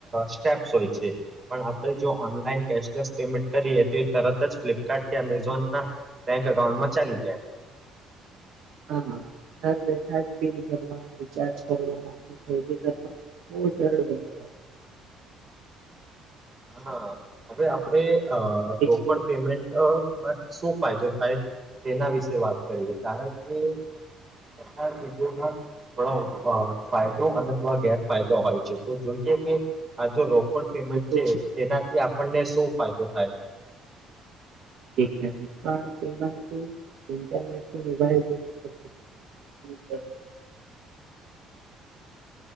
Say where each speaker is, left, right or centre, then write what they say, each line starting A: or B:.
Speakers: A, on the right (about 25°); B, on the right (about 65°).
A: સ્ટેપ્સ હોય છે પણ આપે જો ઓન લાઈન કેશલેસ પેમેન્ટ કરીએ તો એ તરત જ ફ્લિપકાર્ટ કે અમેઝોન ના બેંક એકકાઉન્ટમાં ચાલી જાય.
B: <inaudible> હા ઘર બેઠા જ બિલ ભરવા રિચાર્જ કરવા ફરજી કરવા બો શરડ બન્યા.
A: હા હવે આપણે અ
B: બીજલી
A: રોકડ પેમેન્ટ અ માં શું ફાયદો થાય તેના વિશે વાત કરીએ કારણ કે. <unintelligible> થો ફાયદો અને થોો ગેરફાયદો હોય છે તો જોઈએ કે આ જો રોકડ
B: હા
A: પેમેન્ટ
B: એ તો
A: છે તેનાથી આપણને શું ફાયદો થાય.
B: પણ તેના તે ઇન્ટરનેટ કે મોબાઈલ કરતી નથી. <inaudible>